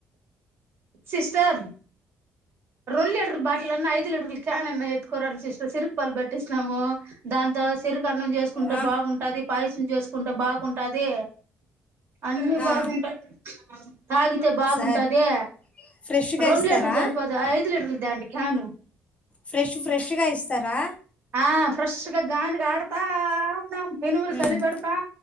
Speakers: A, on the right; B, on the left.
A: సిస్టర్ రెండు లీటర్ బాటిల్ అన్నా ఐదు లీటర్ క్యాన్ ఎత్కో రా సిస్టర్. చెరకు పాలు పట్టిస్తా. మేము దాంతో చెరుకు అన్నం చేసుకుంటే
B: ఆ
A: బాగుంటాది. పాయసం చేసుకుంటే బాగుంటాది. అన్నీ
B: ఆ
A: బాగుంటాయి. తాగితే బాగుంటాది.
B: సరే ఫ్రెష్గా
A: రెండు
B: ఇస్తారా
A: లీటర్లురిపోదు, ఆ ఐదు లీటర్లు తాండి క్యాను.
B: ఫ్రెష్ ఫ్రెష్గా ఇస్తారా?
A: ఆ ఫ్రెష్గా గానుగ ఆడతా ఉన్నాము. ఎనుములు
B: ఉమ్
A: పనిపడతా